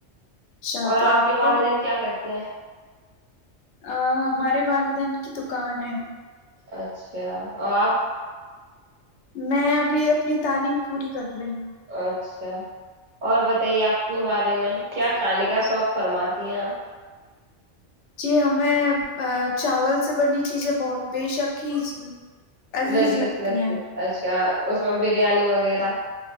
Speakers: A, on the left; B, on the right.
A: اچھا
B: اور
A: تو
B: آپ کے
A: کو
B: والدین کیا کرتے کیا
A: ا ہمارے والدن کی دکان ہے
B: اچھا اور آپ
A: میں ابھی اپنی تعلیم پوری کر رہی ہوں
B: اچھا اور بتائیے اپپنے بارے میں کیا کھانے کا شوق فرماتی ہیں آپ
A: جی ہمیں چاول سے بنینی چیزیں بہت بے شک ہی عزیز
B: لذیذ لگتی
A: ہیں
B: ہے اچھا کیا اس میں بریانی وغیرہ